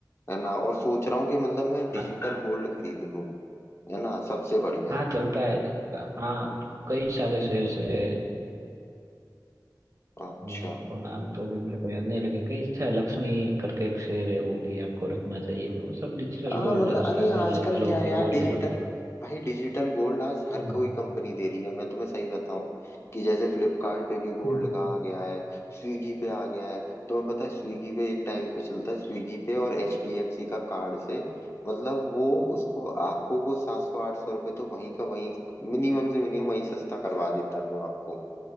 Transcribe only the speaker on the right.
हाँ
हाँ, चलता है हाँ कई सारे शेयर है
मैं आपको नाम तो अभी मेरे को याद नहीं लगे कई अच्छा लक्ष्मी करके एक शेर है वो भी आपको रखना चाहिए वो सब डिजिटल
गोल्ड
है
उसका
शेर ले लो
कि
गोल्ड
ले लो
हम्म
हम्म।